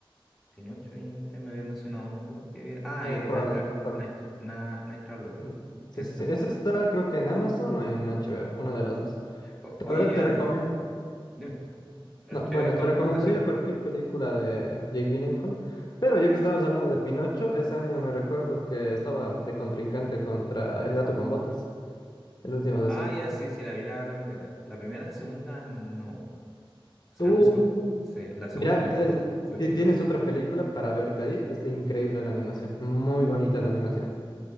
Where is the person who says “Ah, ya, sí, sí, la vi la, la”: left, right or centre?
Centre